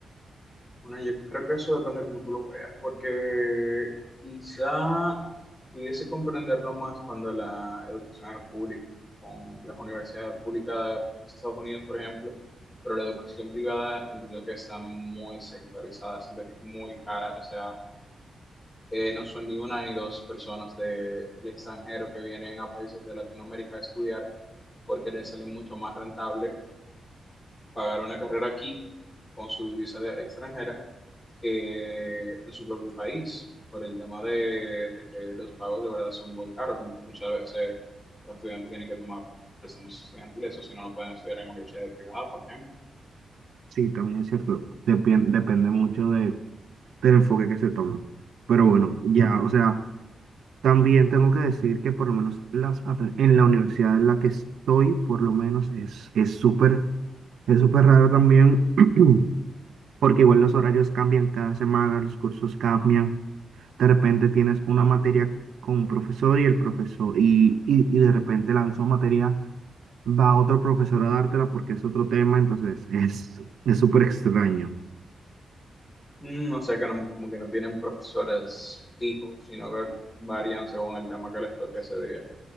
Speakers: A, on the left; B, on the right.
A: Bueno, yo creo que eso depende de cómo tú lo veas, porque quizá pudiese comprenderlo más cuando la educación es pública, con las universidades públicas de Estados Unidos, por ejemplo, pero la educación privada entiendo que está muy sectorizada, siento que es muy cara, o sea, eh, no son ni una ni dos personas del extranjero que vienen a países de Latinoamérica a estudiar, porque les sale mucho más rentable pagar una carrera aquí con su divisa de extranjera que en su propio país, por el tema de, de que los pagos de verdad son muy caros. Muchas veces los estudiantes tienen que tomar préstamos estudiantiles, o si no, no pueden estudiar en universidades privadas, por ejemplo.
B: Sí, también es cierto, depien- depende mucho de, del enfoque que se tome. Pero bueno, ya, o sea. También tengo que decir que por lo menos las, aten- en la universidad en la que estoy, por lo menos es es súper es súper raro también, <clears throat> porque igual los horarios cambian cada semana, los cursos cambian. De repente tienes una materia con un profesor y el profesor, y, y, y de repente la misma materia va otro profesor a dártela porque es otro tema, entonces es es súper extraño.
A: Mm, o sea que no- como que no tienen profesores fijos, sino que varían según el tema que les toque ese día.